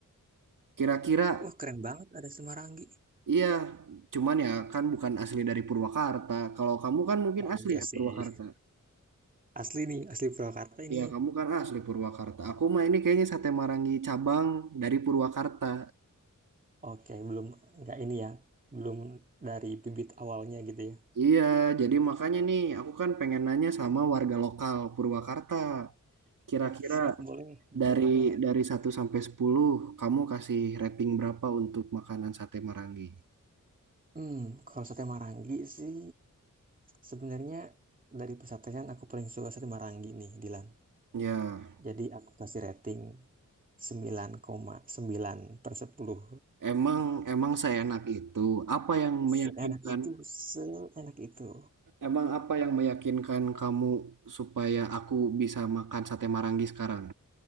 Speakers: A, on the right; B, on the right.
A: Kira-kira
B: wah keren banget ada Semaranggi.
A: iya, cuman ya kan bukan asli dari Purwakarta. Kalau kamu kan mungkin
B: Oh
A: asli
B: iya
A: ya
B: sih.
A: Purwakarta.
B: Asli nih, asli Purwakarta ini.
A: Ya kamu kan asli Purwakarta. Aku mah ini kayaknya sate Marangi cabang dari Purwakarta.
B: Oke, belum nggak ini ya. Belum dari bibit awalnya gitu ya.
A: Iya, jadi makanya nih aku kan pengen nanya sama warga lokal Purwakarta. Kira-kira
B: Oke, siap boleh. Gimana
A: Dari
B: gimana?
A: dari satu sampai 10, kamu kasih rating berapa untuk makanan sate Marangi?
B: Hmm, kalau sate Marangi sih sebenarnya dari persatean aku paling suka sate Marangi nih, Dilan.
A: Ya,
B: Jadi aku kasih rating sembilan koma sembilan per 10.
A: emang emang seenak itu. Apa yang meyakinkan?
B: Seenak itu, seenak itu.
A: Emang apa yang meyakinkan kamu supaya aku bisa makan sate Marangi sekarang?